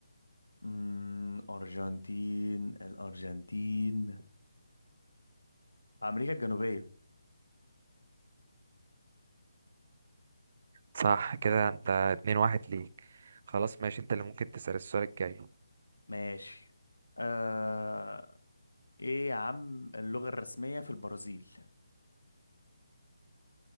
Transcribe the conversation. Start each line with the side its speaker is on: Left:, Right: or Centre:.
Left: امم أرجنتين الأرجنتين أمريكا الجنوبية
Right: صح كده انت اتنين واحد ليك خلاص ماشي انت اللي ممكن تسأل السؤال الجاي
Left: ماشي آه... إيه يا عم اللغة الرسمية في البرازيل